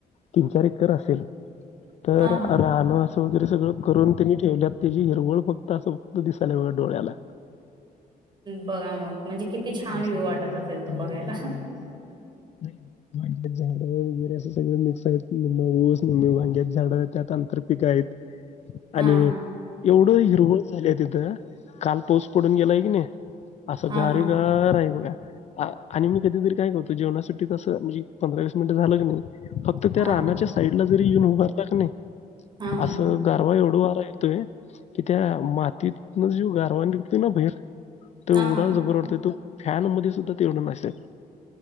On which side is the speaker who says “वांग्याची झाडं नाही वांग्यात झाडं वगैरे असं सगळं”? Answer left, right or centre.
Left